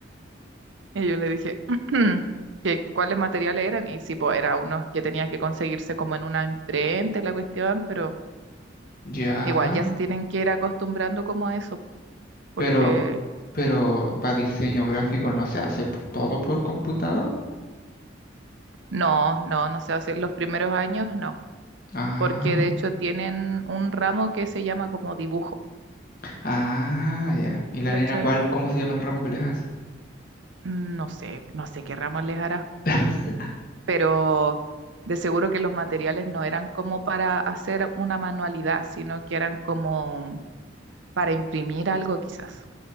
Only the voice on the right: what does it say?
Y yo le dije <clears throat> que cuáles materiales eran y sí, pues era unos que tenía que conseguirse como en una imprenta y la cuestión, pero
igual ya se tienen que ir acostumbrando como a eso, porque
no, no, no sé, hacer los primeros años, no.
porque de hecho tienen un ramo que se llama como dibujo,
¿cachai?
No sé, no sé qué ramo les hará,
pero de seguro que los materiales no eran como para hacer una manualidad, sino que eran como para imprimir algo quizás,